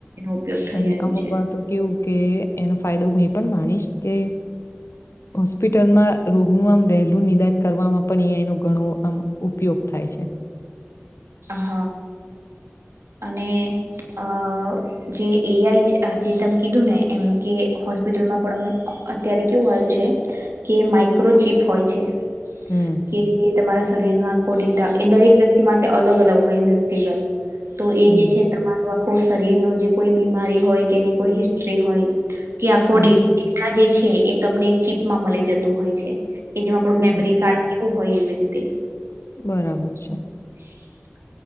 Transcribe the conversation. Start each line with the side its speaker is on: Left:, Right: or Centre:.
Right: ઉપયોગ થઈ
Left: અને
Right: રહ્યું
Left: અમુક
Right: છે
Left: વાર તો કેવું કે એનો ફાયદો હું એ પણ માનીશ કે હોસ્પિટલમાં રોગનું આમ વહેલું નિદાન કરવામાં પણ અયા એનો ઘણો આમ ઉપયોગ યોખ થાય છે
Right: હ અને અ જે એઆઈ છે જે તમે કીધું ને એમ કે હોસ્પિટલમાં પણ અ અત્યારે કેવું આવ્યું છે કે માઈક્રોચીપ હોય છે
Left: હમ
Right: કે જે તમારા શરીર ન આખોડેટા એ દરેક વ્યક્તિ માટે અલગ અલગ હોય એમ વ્યક્તિગત તો એ
Left: હમ
Right: જે છે તમારો આખ શરીર ન જે કોઈ બીમારી હોય કે એની કોઈ હિસ્ટ્રી હોય કે આખો
Left: હમ
Right: ડેટા જે છે એ તમને ચીપમાં મળી જતું હોય છે કે જેમાં આપડું મેમરી
Left: હા
Right: કાર્ડ કેવું હોય એવી રીતે
Left: બરાબર છે
Right: <inaudible>